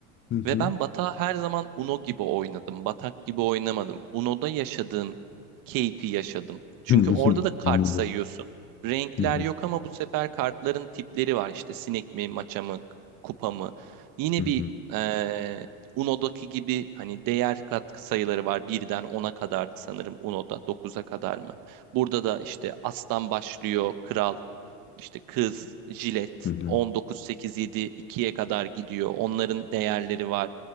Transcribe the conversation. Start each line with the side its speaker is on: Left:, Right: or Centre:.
Left: Hı hı.
Right: Ve ben batağı her zaman Uno gibi oynadım. Batak gibi oynamadım. Uno'da yaşadığım keyfi yaşadım. Çünkü
Left: Hı hı.
Right: orada da kart
Left: Anladım.
Right: sayıyorsun. Renkler
Left: Hı hı.
Right: yok ama bu sefer kartların tipleri var. İşte sinek mi, maça mı, kupa mı? Yine
Left: Hı hı.
Right: bir eee Uno'daki gibi hani değer katkı sayıları var. Birden ona kadardı sanırım Uno'da. dokuza kadar mı? Burada da işte aslan başlıyor, kral, işte kız, jilet
Left: Hı hı.
Right: 19.87 ikiye kadar gidiyor. Onların değerleri var.